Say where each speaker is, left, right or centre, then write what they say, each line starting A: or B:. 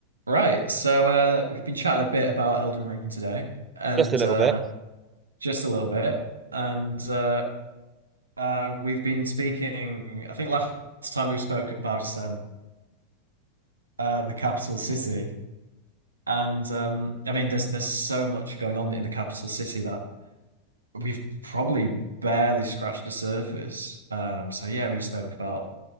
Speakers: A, on the right (about 75°); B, on the right (about 20°).
A: Right, so uh, we've been chatting a bit about Elden Ring today, and
B: Just a little
A: uh,
B: bit.
A: just a little bit, and uh, uh, we've been speaking. I think last time we spoke about um, uh, the capital city, and um, I mean, there's there's so much going on in the capital city that we've probably barely scratched the surface. Um, so yeah, we spoke about